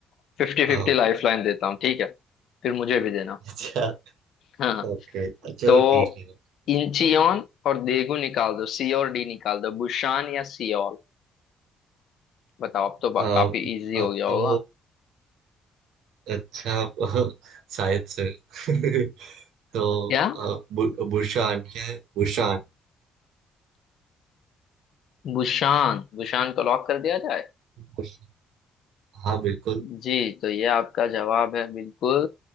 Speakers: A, on the left; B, on the right.
A: फिफ्टी
B: अ,
A: फिफ्टी लाइफ लाइन देता हूँ ठीक है फिर मुझे भी देना
B: <laughs> अच्छा
A: हाँ
B: ओके चलो
A: तो
B: ठीक है
A: इंचियोन और देगू निकाल दो सी और डी निकाल दो बुशान या सियोल बताओ अब तो बा-
B: अ,
A: काफी इजी हो
B: अ,
A: गया होगा
B: तो अच्छा <laughs> शायद से <laughs> तो
A: क्या
B: अ, बु- बुशान क्या है बुशान
A: बुशान बुशान को लॉक कर दिया जाए
B: बुश- हाँ बिल्कुल
A: जी तो ये आपका जवाब है बिल्कुल